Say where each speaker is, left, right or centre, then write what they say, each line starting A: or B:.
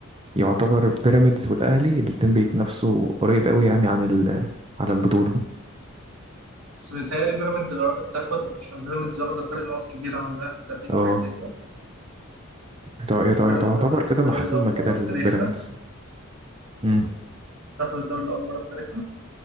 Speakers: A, on the right (about 25°); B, on the right (about 80°).
A: يعتبر بيراميدز والأهلي الاتنين بيتنافسوا قريب قوي يعني عن ال على البطولة
B: بس متهيألي بيراميدز اللي قربت تاخدها عشان بيراميدز واخدة فرق نقط كبيرة عن الأهلي تقريبا
A: اه
B: حاجة زي كده
A: يتع- يتع-
B: فبيراميدز
A: تعتبر
B: هتاخد
A: كده
B: الدوري
A: محسومة
B: لأول
A: كده
B: مرة
A: البيراميدز
B: في تاريخها
A: مم.
B: هتاخد الدوري لأول مرة في تاريخها